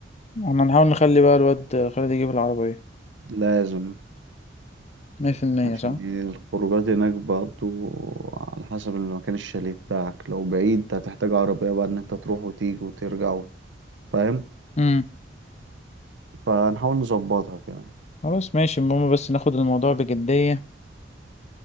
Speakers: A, on the left; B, on the right.
A: احنا نحاول نخلي بقى الواد خالد يجيب العربية
B: لازم
A: مية في المية
B: عشان
A: صح
B: ايه الخروجات هناك برضو على حسب المكان الشاليه بتاعك لو بعيد هتحتاج عربية بقى ان انت تروح وتيجي وترجع و- فاهم
A: امم
B: فهنحاول نظبطها كده
A: خلاص ماشي المهم بس ناخد الموضوع بجدية